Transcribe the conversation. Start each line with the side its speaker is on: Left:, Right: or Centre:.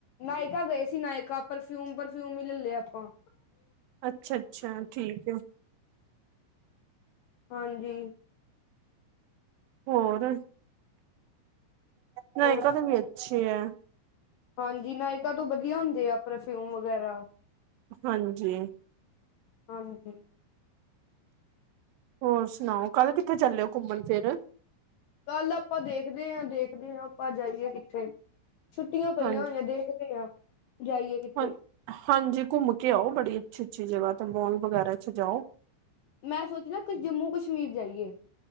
Left: ਨਾਇਕਾ ਗਏ ਸੀ, ਨਾਇਕਾ ਪਰਫਿਊਮ, ਪਰਫਿਊਮ ਹੀ ਲੈ ਲਿਆ ਆਪਾਂ।
Right: ਅੱਛਾ-ਅੱਛਾ ਠੀਕ ਹੈ।
Left: ਹਾਂਜੀ।
Right: ਹੋਰ? ਨਾਇਕਾ
Left: ਹੋਰ
Right: ਦੇ ਵੀ ਅੱਛੇ ਐ।
Left: ਹਾਂਜੀ, ਨਾਇਕਾਾਂ ਤੋਂ ਵਧੀਆ ਹੁੰਦੇ, ਆ ਪਰਫਿਊਮ ਵਗੈਰਾ।
Right: ਹਾਂਜੀ।
Left: ਹਾਂਜੀ।
Right: ਹੋਰ ਸੁਣਾਓ? ਕੱਲ ਕਿੱਥੇ ਚਾਲੇ ਘੁੰਮਣ ਫਿਰ?
Left: ਕੱਲ ਆਪਾਂ ਦੇਖਦੇ ਐ, ਦੇਖਦੇ ਐ ਆਪਾਂ ਜਾਈਏ ਕਿੱਥੇ? ਛੁੱਟੀਆਂ ਪਈਆਂ
Right: ਹਾਂਜੀ
Left: ਹੋਈਆਂ, ਦੇਖਦੇ ਐ ਜਾਈਏ ਕਿੱਥੇ
Right: ਹਾਂ ਹਾਂਜੀ ਘੁੰਮ ਕੇ ਆਓ, ਬੜੀ ਅੱਛੀ -ਅੱਛੀ ਜਗ੍ਹਾ ਤੇ ਮੋਲ ਵਗੈਰਾ ਚ ਜਾਓ।
Left: ਮੈਂ ਸੋਚਦਾ ਕੁ ਜੰਮੂ- ਕਸ਼ਮੀਰ ਜਾਈਏ।